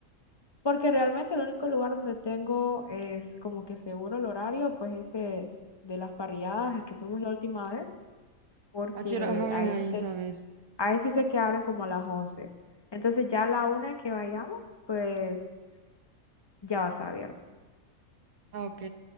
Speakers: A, on the left; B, on the right.
A: Porque realmente el único lugar donde tengo es como que seguro el horario, pues ese de las parrilladas, el que fuimos la última vez, porque
B: ¿A qué horas abren
A: ahí
B: ahí,
A: sí sé,
B: sabes?
A: ahí sí sé que abren como a las 11. Entonces ya a la una que vayamos, pues ya va a estar abierto.
B: Ah, ok.